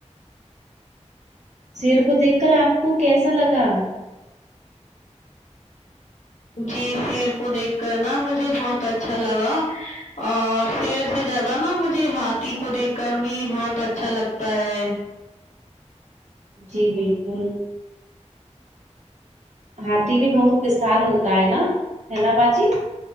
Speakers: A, on the right; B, on the left.
A: شیر کو دیکھ کر آپ کو کیسا لگا
B: جی شیر کو دیکھ کر نہ مجھے بہت اچھا لگا اور شیر سے زیادہ نہ مجھ کہ ہاتھی کو دیکھ کر بھی بہت اچھا لگتا ہے
A: جی جی بالکل ہاتھی بھی بہت وشال ہوتا ہے نہ ہے نہ باجی